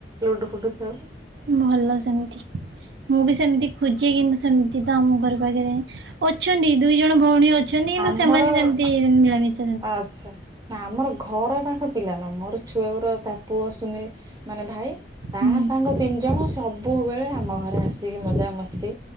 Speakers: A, on the right; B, on the right.
A: ଲୁଡ଼ୁଫୁଡ଼ୁ ଖେଳୁ।
B: ଭଲ ସେମିତି ମୁଁ ବି ସେମିତି ଖୋଜେ କିନ୍ତୁ ସେମିତି ତ ଆମ ଘର ପାଖରେ ଅଛନ୍ତି ଦୁଇ ଜଣ ଭଉଣୀ ଅଛ ଅଛନ୍ତି କିନ୍ତୁ
A: ଆମର
B: ସେମାନେ ସେମିତି ନିଳାମିତ
A: ଆଚ୍ଛା। ନା ଆମର ଘର ପାଖ ପିଲା ନ ମୋର ଛୁଆଗୁରା ତା ପୁଅ ଶନି ମାନେ ମୋର ଭାଇ ତା
B: ହୁଁ
A: ମା ସାଙ୍ଗ ତିନି ଜଣ ସବୁବେଳେ ଆମ ଘରେ ଆସିକି ମଜାମସ୍ତି